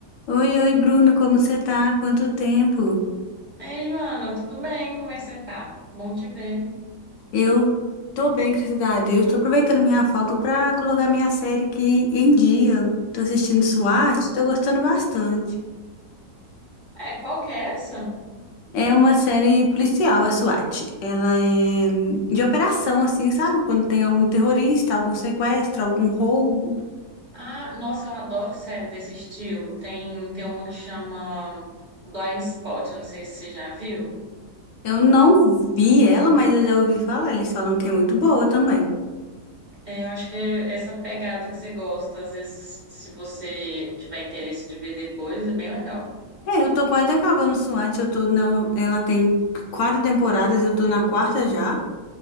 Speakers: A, on the left (about 80°); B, on the right (about 30°).
A: Oi, oi, Bruna, como você tá? Quanto tempo?
B: Ei, Joana, tudo bem? Como é que você tá? Bom te ver.
A: Eu tô bem, graças a Deus. Tô aproveitando minha folga pra colocar minha série aqui em dia. Tô assistindo SWAT,
B: E-
A: tô gostando bastante.
B: é, qual que é essa?
A: É uma série policial, a SWAT. Ela é hum, de operação, assim, sabe? Quando tem algum terrorista, algum sequestro, algum roubo.
B: Ah, nossa, eu adoro série desse estilo. Tem, tem uma que chama Blind Spot, eu não sei se você já viu.
A: Eu não vi ela, mas eu já ouvi falar. Eles falam que é muito boa também.
B: É, eu acho que é essa pegada que você gosta. Às vezes, se você tiver interesse de ver depois, é bem legal.
A: É, eu tô quase acabando SWAT. Eu tô na... Ela tem quatro temporadas, eu tô na quarta já.